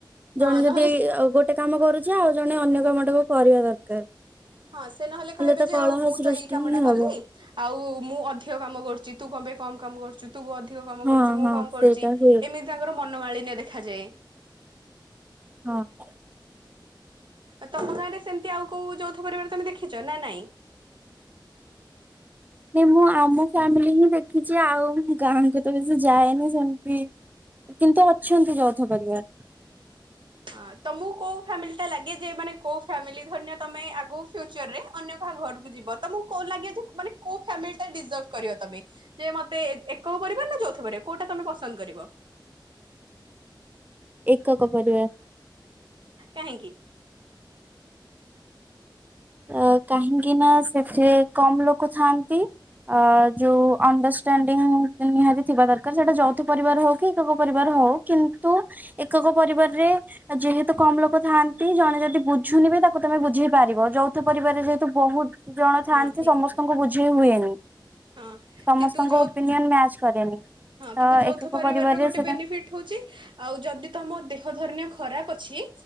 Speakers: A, on the right; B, on the right.
A: ହଁ
B: ଜଣେ ଯଦି
A: ନହେଲେ
B: ଏଇ ଆଉ ଗୋଟେ କାମ କରୁଛି ଆଉ ଜଣେ ଅନ୍ୟ କାମଟାକୁ କରିବା ଦରକାର।
A: ହଁ ସେ ନହେଲେ କହିବେ
B: ତ
A: ଯେ
B: କଳହ
A: ଆଉ ମୁଁ
B: ସୃଷ୍ଟି
A: ତ ଏଇ କାମ
B: ହିଁ
A: ଟା କଲି?
B: ହବ
A: ଆଉ ମୁଁ ଅଧିକ କାମ କରୁଛି, ତୁ କଣ ପାଇଁ କମ କାମ କରୁଛୁ। ତୁ ଅଧିକ କାମ
B: ହଁ
A: କରୁଛୁ ମୁଁ
B: ହଁ
A: କମ କରୁଛି,
B: ସେଇଟା ହୁଏ।
A: ଏମିତି ତାଙ୍କର ମନମାଳିନ୍ୟ ଦେଖାଯାଏ।
B: ହଁ
A: ଆ ତମ ଗାଁରେ ସେମିତି ଆଉ କୋଉ ଯୌଥ ପରିବାର ତମେ ଦେଖିଛ ନା ନାଇଁ?
B: ନାଇଁ ମୁଁ ଆମ ଫ୍ୟାମିଲି ହିଁ ଦେଖିଛି ଆଉ ଗାଁଙ୍କୁ ତ ବେଶି ସେ ଯାଏନି ସେମିତି କିନ୍ତୁ ଅଛନ୍ତି, ଯୌଥ ପରିବାର।
A: ଆଁ ତମକୁ କୋଉ ଫ୍ୟାମିଲି ଟା ଲାଗେ ଯେ ମାନେ କୋଉ ଫ୍ୟାମିଲି ଧରିନିଅ ତମେ ଆଗ ଫ୍ୟୁଚରରେ ଅନ୍ୟ କାହା ଘରକୁ ଯିବ ତମକୁ କଣ ଲାଗେ ଯେ ମାନେ କୋଉ ଫ୍ୟାମିଲୀ ଟା ଡିଜର୍ଭ କରିବ ତମେ। ଯେ ମତେ ଏକକ ପରିବାର ନା ଯୋଉଥ ପରିବାର କୋଉଟା ତମେ ପସନ୍ଦ କରିବ?
B: ଏକକ ପରିବାର।
A: କାହିଁକି?
B: ଆ କାହିଁକି ନା, ସେଠେ କମ ଲୋକ ଥାଆନ୍ତି। ଆ ଯୋଉ ଅଣ୍ଡରଷ୍ଟାଣ୍ଡିଙ୍ଗ ନିହାତି ଥିବା ଦରକାର, ସେଇଟା ଯୌଥ ପରିବାର ହଉ କି ଏକକ ପରିବାର ହଉ। କିନ୍ତୁ ଏକକ ପରିବାରରେ ଯେହେତୁ କମ ଲୋକ ଥାଆନ୍ତି ଜଣେ ଯଦି ବୁଝୁନିବି ତାକୁ ତମେ ବୁଝେଇ ପାରିବ ଯୋଉ, ଥ ପରିବାରରେ ଯେହେତୁ, ବହୁତ ଜଣ ଥାଆନ୍ତି
A: ହଁ ଠିକ
B: ସମସ୍ତଙ୍କୁ
A: କଥା
B: ବୁଝେଇ ହୁଏନି।
A: ହଁ
B: ସମସ୍ତଙ୍କ
A: କିନ୍ତୁ ଯୌଥ
B: ଓପିନିଅନ ମ୍ୟାଚ କରେନି।
A: ହଁ
B: ତ
A: କିନ୍ତୁ ଯୌଥ
B: ଏକକ
A: ପରିବାର
B: ପରିବାରରେ
A: ର ଗୋଟେ
B: ସେଟା
A: ବେନିଫିଟ ହଉଛି। ଆଉ ଯଦି ତମ ଦେହ ଧରିନିଅ ଖରାପ ଅଛି।